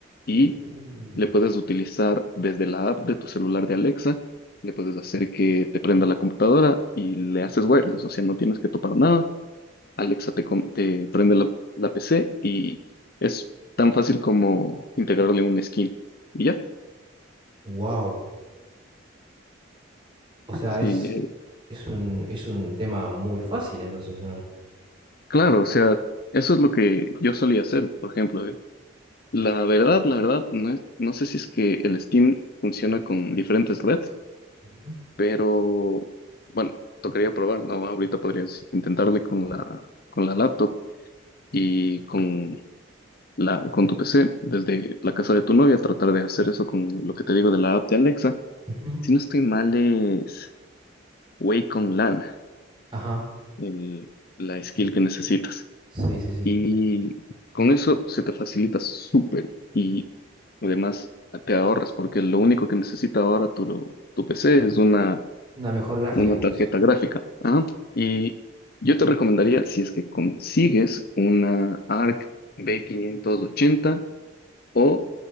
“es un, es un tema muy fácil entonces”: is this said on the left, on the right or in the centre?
Right